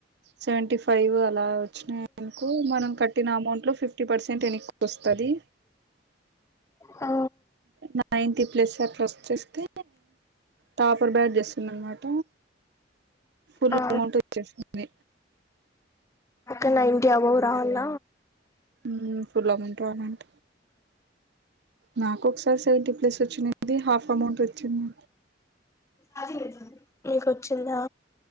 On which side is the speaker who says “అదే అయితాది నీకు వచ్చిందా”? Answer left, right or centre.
Left